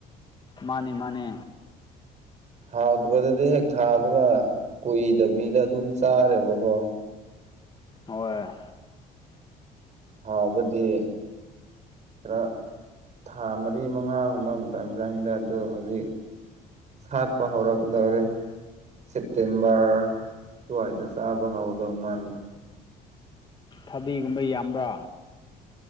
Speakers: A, on the left; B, on the right.
A: ꯃꯥꯅꯦ ꯃꯥꯅꯦ
B: ꯍꯥꯎꯇꯥꯕꯗꯨꯗꯤ ꯍꯦꯛ ꯊꯥꯕꯒ ꯀꯨꯏꯗꯕꯤꯗ ꯑꯗꯨꯝ ꯆꯥꯔꯦꯕꯀꯣ
A: ꯍꯣꯏ
B: ꯍꯥꯎꯕꯗꯤ ꯈꯔ ꯊꯥ ꯃꯔꯤ ꯃꯉꯥꯒꯨꯝꯕ ꯃꯇꯝ ꯆꯪꯉꯤꯗ ꯑꯗꯣ ꯍꯧꯖꯤꯛ ꯁꯥꯠꯄ ꯍꯧꯔꯛꯗꯧꯔꯦ ꯁꯦꯞꯇꯦꯝꯕꯔ ꯑꯗꯨꯋꯥꯏꯗ ꯆꯥꯕ ꯍꯧꯗꯧ ꯃꯥꯂꯦ
A: ꯊꯕꯤꯒꯨꯝꯕ ꯌꯥꯝꯕ꯭ꯔꯥ